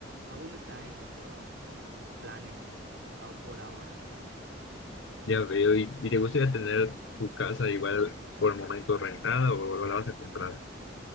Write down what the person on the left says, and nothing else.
Ya veo. ¿Y, y te gustaría tener tu casa igual por el momento rentada o lo vas a comprar? <laughs>